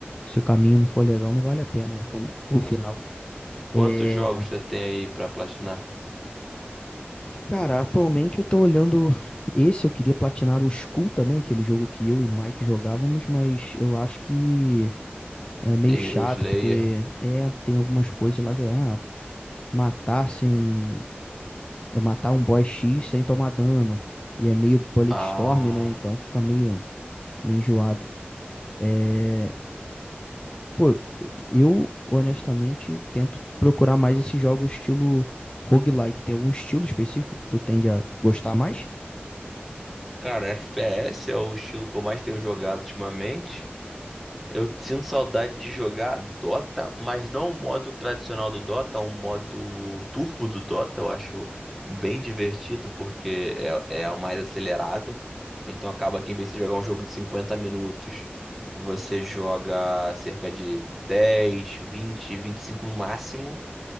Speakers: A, on the left; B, in the centre.
A: Se o caminho não for legal, não vale a pena o, o final.
B: Quantos
A: É,
B: jogos você tem aí pra platinar?
A: Cara, atualmente eu tô olhando esse, eu queria platinar o Skull também, aquele jogo que eu e Mike jogávamos, mas eu acho que é meio
B: The
A: chato,
B: Hero Slayer.
A: porque é, tem algumas coisas lá que, ah, matar sem, é, matar um boss X sem tomar dano, e é meio bullet
B: Ah,
A: storm, né, então fica meio, meio enjoado. É, pô, eu honestamente tento procurar mais esse jogo estilo roguelike, tem algum estilo específico que tu tende a gostar mais?
B: cara, FPS é o estilo que eu mais tenho jogado ultimamente. Eu sinto saudade de jogar Dota, mas não o modo tradicional do Dota, o modo turbo do Dota. Eu acho bem divertido porque é, é o mais acelerado. Então acaba que em vez de jogar um jogo de 50 minutos, você joga cerca de dez, vinte, vinte e cinco no máximo.